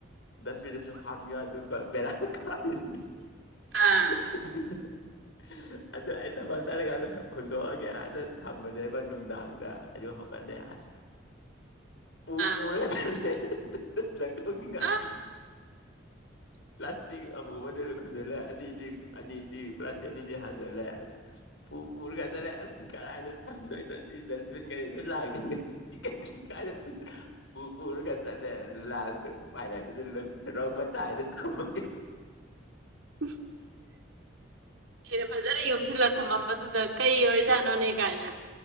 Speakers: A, on the left; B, on the right.
A: ꯗꯁꯕꯤꯟꯗꯁꯨ ꯍꯥꯞꯅꯤꯡꯉꯥꯏꯗꯨ ꯕ ꯕꯦꯔꯥ ꯀꯥꯔꯤꯅꯤ
B: ꯑꯥ
A: <unintelligible> ꯑꯗꯨ ꯑꯩ ꯊꯕꯛ ꯆꯠꯂꯤꯀꯥꯟꯗ ꯍꯨꯟꯗꯣꯛꯑꯒꯦ ꯑꯥꯗ ꯊꯝꯕꯅꯦꯕ ꯅꯨꯡꯗꯥꯡꯗ ꯑꯩꯌꯨꯛ ꯍꯧꯒꯠꯂꯦ ꯑꯁ ꯄꯨ
B: ꯑꯥ
A: ꯄꯨꯔꯒ ꯆꯠꯂꯦ ꯂꯪꯊꯣꯛꯅꯤꯡꯉꯥꯏ
B: ꯑꯥ <inaudible>
A: ꯄ꯭ꯂꯥꯁꯇꯤꯛ ꯑꯃꯨꯕꯗꯨꯅ ꯈꯨꯝꯖꯜꯂꯦ ꯑꯅꯤꯗꯤ ꯑꯅꯤꯗꯤ ꯄ꯭ꯂꯥꯁꯇꯤꯛ ꯑꯅꯤꯗꯤ ꯍꯥꯟꯖꯜꯂꯦ ꯑꯁ ꯄꯨ ꯄꯨꯔꯒ ꯆꯥꯠꯂꯦ ꯑꯁ ꯀꯔꯥꯏꯗ ꯊꯝꯗꯣꯏꯅꯣ ꯁꯤ ꯗꯁꯕꯤꯟ ꯒꯥꯔꯤꯗꯣ ꯂꯥꯛꯇꯦ <unintelligible> ꯄꯨ ꯄꯨꯔꯒ ꯆꯠꯂꯦ ꯂꯥꯁꯇ ꯎꯄꯥꯏ ꯂꯩꯔꯛꯇ꯭ꯔꯗꯤ ꯂꯪꯊꯣꯛꯔ ꯃꯇꯥꯏꯗ ꯊꯝꯃ <unintelligible>
B: <unintelligible> ꯈꯦꯔ ꯐꯖꯅ ꯌꯣꯝꯁꯤꯜꯂ ꯊꯝꯃꯝꯕꯗꯨꯗ ꯀꯩ ꯑꯣꯏꯔꯖꯥꯠꯅꯣꯅꯦ ꯀꯥꯏꯅ